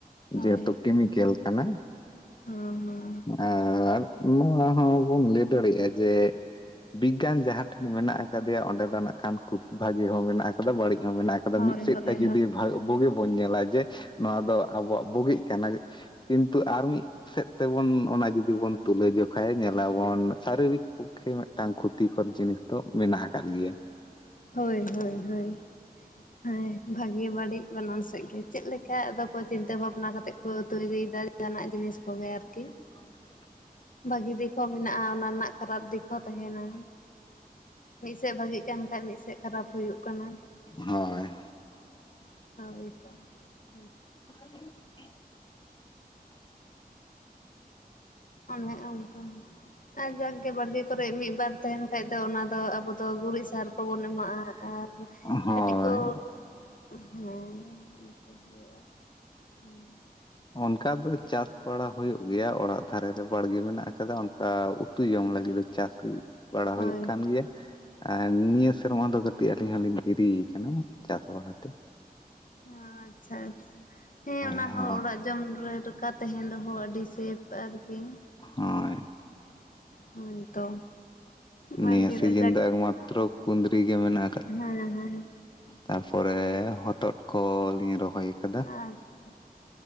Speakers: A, on the left (about 55°); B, on the left (about 30°).
A: ᱦᱳᱭ
B: ᱡᱮᱦᱮᱛᱩ ᱠᱮᱢᱤᱠᱮᱞ᱾ ᱠᱟᱱᱟ
A: ᱦᱚᱸ ᱦᱚᱸ᱾
B: ᱟᱨ ᱱᱚᱣᱟ ᱦᱚᱸᱵᱚᱱ ᱞᱟᱹᱭ ᱫᱟᱲᱮᱭᱟᱜᱼᱟ ᱡᱮ᱾ ᱵᱤᱜᱽᱜᱟᱱ ᱡᱟᱦᱟᱸ ᱴᱷᱮᱱ ᱢᱮᱱᱟᱜ ᱟᱠᱟᱫᱮᱭᱟ ᱚᱸᱰᱮ ᱫᱚ ᱱᱟᱜ ᱠᱷᱩᱵ ᱵᱷᱟᱜᱮ ᱢᱮᱱᱟᱜ ᱟᱠᱟ᱾ ᱵᱟᱹᱲᱤᱡ ᱦᱚᱸ ᱢᱮᱱᱟᱜ ᱠᱟᱫᱟ
A: ᱦᱚᱸ
B: ᱢᱤᱫ ᱥᱮᱫ
A: ᱦᱳᱭ ᱦᱳᱭ
B: ᱛᱮ ᱡᱩᱫᱤ
A: ᱦᱳᱭ
B: ᱟᱵᱚᱜ ᱜᱮ ᱵᱚᱱ ᱧᱮᱞᱟ ᱡᱮ᱾ ᱱᱚᱣᱟ ᱫᱚ ᱟᱵᱚᱣᱟᱜ ᱵᱩᱜᱤ ᱠᱟᱱᱟ ᱠᱤᱱᱛᱩ ᱟᱨ ᱢᱤᱫ ᱥᱮᱫ ᱛᱮᱵᱚᱱ ᱚᱱᱟ ᱡᱩᱫᱤ ᱵᱚᱱ ᱛᱩᱞᱟᱹ ᱡᱚᱠᱷᱟᱭᱟ ᱧᱮᱞᱟᱵᱚᱱ ᱥᱟᱨᱤᱨᱤᱠ ᱯᱚᱠᱠᱷᱮ ᱢᱤᱫᱴᱟᱝ ᱠᱷᱚᱛᱤ ᱠᱷᱚᱛ ᱡᱤᱱᱤᱥ ᱫᱚ ᱢᱮᱱᱟᱜ ᱟᱠᱟᱫ ᱜᱮᱭᱟ᱾
A: ᱦᱳᱭ ᱦᱳᱭ ᱦᱳᱭ᱾ ᱦᱮᱸ ᱵᱷᱟᱜᱤ ᱵᱟᱹᱲᱤᱡ ᱵᱟᱱᱟᱨ ᱥᱮᱫ ᱜᱮ ᱪᱮᱫ ᱞᱮᱠᱟ ᱟᱫᱚ ᱠᱚ ᱪᱤᱱᱛᱟᱹ ᱵᱷᱟᱵᱱᱟ ᱠᱟᱛᱮ ᱠᱚ ᱟᱹᱛᱩ ᱤᱫᱤᱭᱮᱫᱤ᱾ ᱡᱟᱦᱟᱱᱟᱜ ᱡᱤᱱᱤᱥ ᱠᱚᱜᱮ ᱟᱨᱠᱤ᱾
B: <unintelligible>
A: ᱵᱷᱟᱜᱤ ᱫᱤᱠ ᱦᱚᱸ ᱢᱮᱱᱟᱜᱼᱟ ᱚᱱᱟ ᱨᱮᱱᱟᱜ ᱠᱷᱟᱨᱟᱯ ᱫᱤᱠ ᱦᱚᱸ ᱛᱟᱦᱮᱱᱟ᱾ ᱢᱤᱫ ᱥᱮᱫ ᱵᱷᱟᱹᱜᱤᱜ ᱠᱟᱱ ᱠᱷᱟᱡ ᱢᱤᱫ ᱥᱮᱫ ᱠᱷᱟᱨᱟᱯ ᱦᱩᱭᱩᱜ ᱠᱟᱱᱟ᱾
B: ᱦᱳᱭ᱾
A: <unintelligible>
B: <unintelligible>
A: ᱚᱱᱮᱚᱱᱠᱟ᱾ ᱟᱨ ᱡᱟᱜᱠᱜᱮ ᱵᱟᱲᱜᱮ ᱠᱚᱨᱮ ᱢᱤᱫ ᱵᱟᱨ ᱛᱟᱦᱮᱱ ᱠᱷᱟᱡ ᱫᱚ ᱚᱱᱟ ᱫᱚ ᱟᱵᱚ ᱫᱚ ᱜᱩᱨᱤᱡ ᱥᱟᱨ ᱠᱚᱵᱚᱱ ᱮᱢᱟᱜᱼᱟ ᱟᱨ
B: ᱦᱳᱭ
A: ᱠᱟᱹᱴᱤᱡ ᱠᱚ ᱦᱮᱸ᱾ ᱦᱳᱭᱳᱜ-ᱟ ᱦᱩᱸ᱾
B: ᱚᱱᱠᱟ ᱫᱚ ᱪᱟᱥ ᱵᱟᱲᱟ ᱦᱚᱭᱚᱜ ᱜᱮᱭᱟ ᱚᱲᱟᱜ ᱫᱷᱟᱨᱮ ᱨᱮ ᱢᱮᱱᱟᱜ ᱟᱠᱟᱫᱟ ᱚᱱᱠᱟ ᱩᱛᱩ ᱡᱚᱢ ᱞᱟᱹᱜᱤᱫ ᱫᱚ ᱵᱟᱲᱟ
A: ᱦᱳᱭ
B: ᱦᱩᱭᱩᱜ ᱠᱟᱱ ᱜᱮᱭᱟ᱾ ᱟᱨ ᱱᱤᱭᱟᱹ ᱥᱮᱨᱢᱟ ᱫᱚ ᱠᱟᱹᱴᱤᱡ ᱟᱹᱞᱤᱧ ᱦᱚᱸᱞᱤᱧ ᱰᱮᱨᱤ ᱟᱠᱟᱱᱟ ᱠᱟᱱᱟ ᱪᱟᱥᱵᱟᱥᱛᱮ᱾
A: ᱚ ᱟᱪᱪᱷᱟ ᱟᱪᱪᱷᱟ ᱦᱮᱸ ᱚᱱᱟ
B: ᱦᱳᱭ
A: ᱦᱚᱸ ᱚᱲᱟᱜ ᱡᱚᱢ ᱨᱮ ᱞᱮᱠᱟ ᱛᱟᱦᱮᱱ ᱫᱚ ᱦᱚᱸ ᱟᱹᱰᱤ ᱥᱮᱯ ᱟᱨᱠᱤ
B: ᱦᱳᱭ
A: ᱦᱮ ᱛᱚ᱾ ᱵᱟᱲᱜᱮ
B: ᱱᱤᱭᱟᱹ ᱥᱤᱡᱤᱱ
A: ᱨᱮ
B: ᱫᱚ ᱮᱠᱢᱟᱛᱨᱚ ᱠᱩᱸᱫᱽᱨᱤ ᱜᱮ ᱢᱮᱱᱟᱜᱼᱟ᱾
A: ᱦᱮ ᱦᱮ᱾
B: ᱛᱟᱨᱯᱚᱨᱮ ᱦᱚᱛᱚᱫ ᱠᱚᱞᱤᱧ ᱨᱚᱦᱚᱭ ᱟᱠᱟᱫᱟ᱾
A: ᱟᱪᱪᱷᱟ᱾